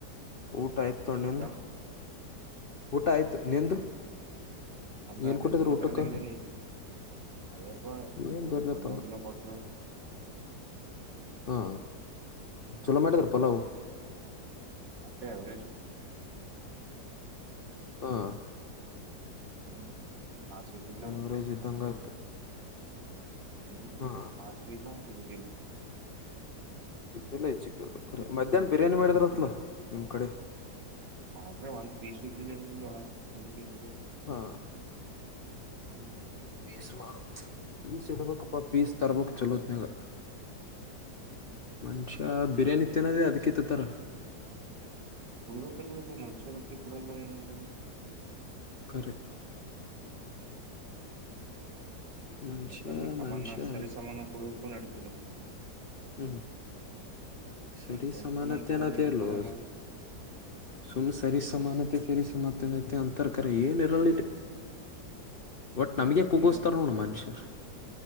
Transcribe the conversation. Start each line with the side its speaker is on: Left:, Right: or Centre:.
Left: ಊಟ ಆಯ್ತು ತೊೊಂಡ್ಣಂದು
Right: ಊಟ
Left: ಊಟ ಆಯ್ತು ನಿಂದು
Right: ಅಂತ
Left: ಏನ್ ಕೊಟ್ಟಿದ್ರ
Right: ನೀ
Left: ಊಟಕ್ಕ
Right: ಪರಲಕ್ಕೆನ ಅದೆಯಪ್ಪ
Left: ಏನ್ ಬರ್ಲಪ್ಪ
Right: ಪಲೋಗಲ ಕೊಡ್
Left: ಹಾ ಚಲೋ ಮಾಡಿದಾರಪ್ಪ ಪಲ್ಲವ
Right: ಅತ್ತೆ ಆವರೇಜ್
Left: ಹಾ
Right: ಹೂ ಹಸಿ ದಲ್ಲ
Left: ಎವರೇಜ್ ಇದ್ದಂಗ ಆಯ್ತು
Right: ಹೂ
Left: ಹಾ
Right: ಹಾಸಿವ ಇಲ್ಲ ತಿಬೇನೆ
Left: ಚಲ್ಲ ಈ ಚಿಕ್ಕಖರಿ ಮಧ್ಯಾಹ್ನ ಬಿರಿಯಾನಿ ಮಾಡಿದರತ್ಲ ನಿಮ್ ಕಡೆ
Right: ಮಾಡ್ರೆ ಒಂದ್ ಪೀಸ್ ಇದ್ದ ಫುಲ್ ತಿಂದು
Left: ಹಾ
Right: ಹ್ಮ್
Left: ಪೀಸ್ ಮಾಡು ಪೀಸ್ ಇಡ್ಬೇಕಪ್ಪ ಪೀಸ್ ತರ್ಬೇಕಕ್ ಚಲೋತ್ನಾಗ ಮನುಷ್ಯ
Right: ಪೀಸ್
Left: ಬಿರಿಯಾನಿ ಇತ್ತನದ ಅದಕಿತ್ತತ್ತರ
Right: ಕುಡ ನೀ್ರ ಮನುಷ್ಯ ರೊಟ್ಟಿ ಕೊಡಲ್ಲ ಏನಲ್ಲ
Left: ಕರೆ ಮನುಷ್ಯ
Right: ಎಲ್ಲ ಸಮಾನ
Left: ಮನುಷ್ಯ
Right: ಸರಿ ಸಮಾನ ಕುಡುವಕ್ಕ ನಡತನ
Left: ಹೂ ಸರಿ
Right: ಈ
Left: ಸಮನೆಂತೆ
Right: ಸಮಾನ ಕೊಡಲ್ಲ
Left: ಏನೋದೇ
Right: ಏನು
Left: ಇಲ್ಲೋ
Right: ಕೊಡಲ್ಲ
Left: ಸುಮ್ ಸರಿ ಸಮಾನತೆ ಸರಿ ಸಮಾನತನೈತೆ ಅಂತರ್ ಕರ ಏನ್ ಇರಲಿಟ ಒಟ್ ನಮಗೆ
Right: ಏನ
Left: ಕಗಸ್ತಾರ
Right: ಇರಲ್ಲ
Left: ನೋಡು ಮನುಷ್ಯರ್